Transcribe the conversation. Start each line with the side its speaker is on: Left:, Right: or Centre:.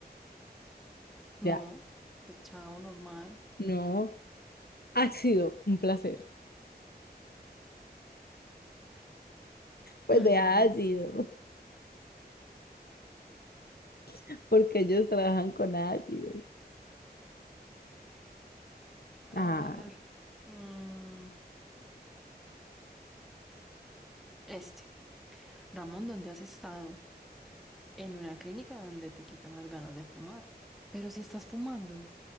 Centre: No,
Left: Ya,
Centre: pues chao, normal.
Left: no. Ácido, un placer. Pues
Centre: Ay,
Left: de
Centre: no.
Left: ácido, <laughs> porque ellos trabajan con ácido.
Centre: A
Left: Ah,
Centre: ver. mm, este. Ramón, ¿dónde has estado? En una clínica donde te quitan las ganas de fumar. Pero si estás fumando.